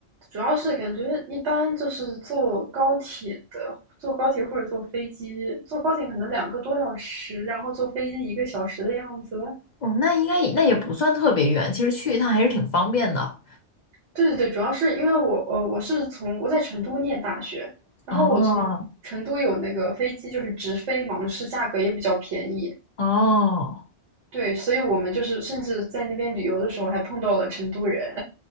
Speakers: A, on the right (about 85°); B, on the left (about 55°).
A: 主要是感觉一般就是坐高铁的，坐高铁或者坐飞机，坐高铁可能两个多小时，然后坐飞机一个小时的样子。
B: 哦，那应该也那也不算特别远，其实去一趟还是挺方便的。
A: 对对对，主要是因为我呃我是从我在成都念大学，然后我从成都有那个飞机就是直飞芒市，
B: 哦
A: 价格也比较便宜。
B: 哦，
A: 对，所以我们就是甚至在那边旅游的时候还碰到了成都人